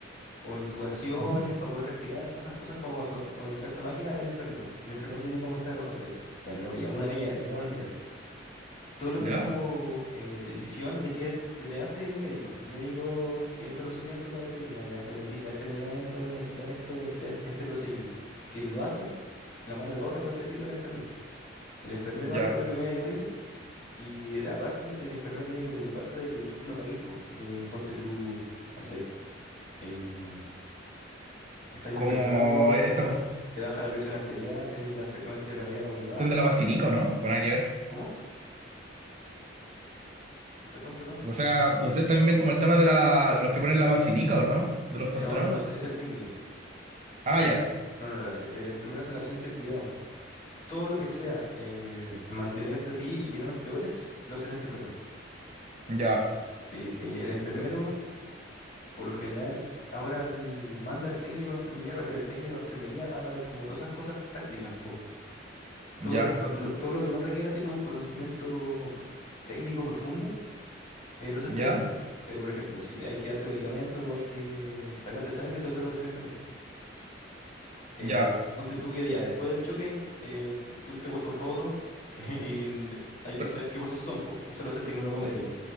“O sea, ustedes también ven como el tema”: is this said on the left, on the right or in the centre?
Right